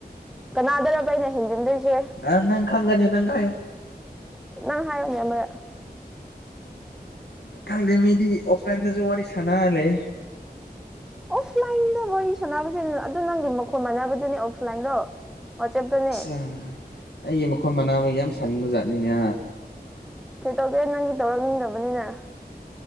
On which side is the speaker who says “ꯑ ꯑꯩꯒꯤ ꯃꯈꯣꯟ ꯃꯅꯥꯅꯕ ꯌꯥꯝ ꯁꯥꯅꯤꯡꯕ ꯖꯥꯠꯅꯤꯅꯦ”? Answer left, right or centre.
Left